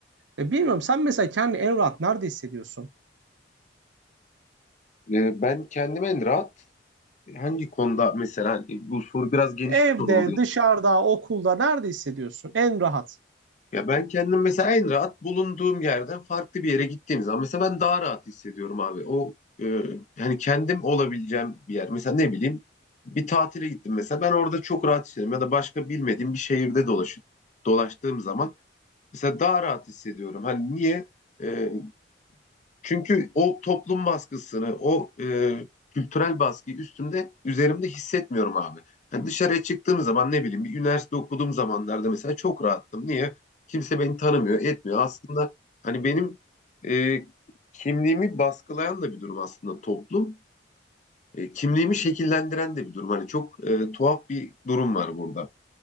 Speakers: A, on the right (about 80°); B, on the left (about 40°).
A: E bilmiyorum sen mesela kendini en rahat nerede hissediyorsun?
B: e, ben kendime en rahat hangi konuda mesela hani bu soru biraz geniş
A: Evde,
B: bir soru oldu
A: dışarıda, okulda nerede hissediyorsun? En rahat.
B: Ya ben kendim mesela en rahat bulunduğum yerden farklı bir yere gittiğim zaman mesela ben daha rahat hissediyorum abi. O e, yani kendim olabileceğim bir yer. Mesela ne bileyim bir tatile gittim mesela ben orada çok rahat hissediyorum ya da başka bilmediğim bir şehirde dolaş, dolaştığım zaman mesela daha rahat hissediyorum. Hani niye? E, çünkü o toplum baskısını, o e, kültürel baskıyı üstümde, üzerimde hissetmiyorum abi. Yani dışarıya çıktığım zaman ne bileyim bir üniversite okuduğum zamanlarda mesela çok rahattım. Niye? Kimse beni tanımıyor, etmiyor. Aslında hani benim e, kimliğimi baskılayan da bir durum aslında toplum. E, kimliğimi şekillendiren de bir durum. Hani çok e, tuhaf bir durum var burada.